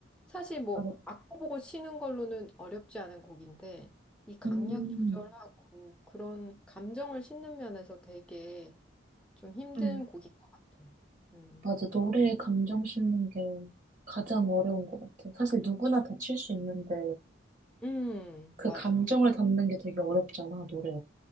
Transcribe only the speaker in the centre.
사실 뭐
악보 보고 치는 걸로는 어렵지 않은 곡인데 이 강약
조절하고 그런 감정을 싣는 면에서 되게 좀 힘든
곡인 것 같아. 음.
음,
맞아.